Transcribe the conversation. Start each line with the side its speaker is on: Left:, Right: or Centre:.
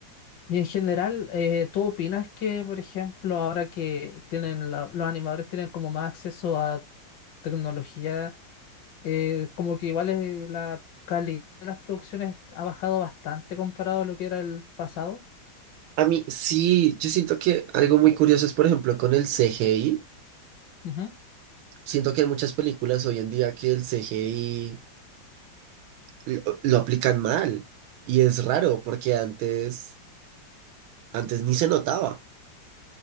Left: Y en general, eh, ¿tú opinas que, por ejemplo, ahora que tienen la- los animadores tienen como más acceso a tecnología? eh, como que igual es la calidad de las producciones ha bajado bastante comparado a lo que era el pasado.
Right: A mí sí, yo siento que algo muy curioso es, por ejemplo, con el CGI.
Left: Ujú,
Right: Siento que hay muchas películas hoy en día que el CGI lo, lo aplican mal. Y es raro porque antes, antes ni se notaba.